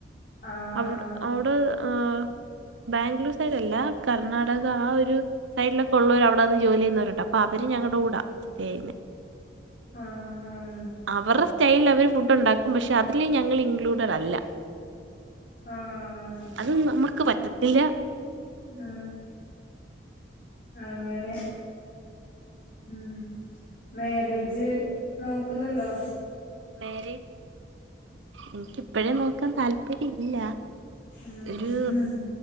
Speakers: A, on the left; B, on the right.
A: ആഹ്
B: അ അവിടെ ആഹ് ബാംഗ്ലൂർ സൈടല്ല കർണാടക ആ ഒരു സൈഡിലൊക്കെ ഒള്ളോര് അവിടന്ന് ജോലി ചെയ്യുന്നൊരുണ്ട്. അപ്പൊ അവര് ഞങ്ങടൂടാ സ്റ്റേ ചെയ്യന്നെ
A: ആഹ് ആഹ്
B: അവരുടെ സ്റ്റൈലിൽ അവര് ഫുഡ് ഉണ്ടാക്കും പക്ഷെ അതിൽ ഞങ്ങൾ ഇൻക്ലൂഡഡ് അല്ല.
A: ആഹ്
B: അതും നമ്മക്ക് പറ്റത്തില്ല.
A: ഉം അങ്ങനെ, ഉം മാരേജ് നോക്കുന്നുണ്ടോ?
B: മാരേജ് എനിക്കിപ്പഴേ നോക്കാൻ താൽപര്യം ഇല്ല.
A: ഉം
B: ഒരു
A: ഉം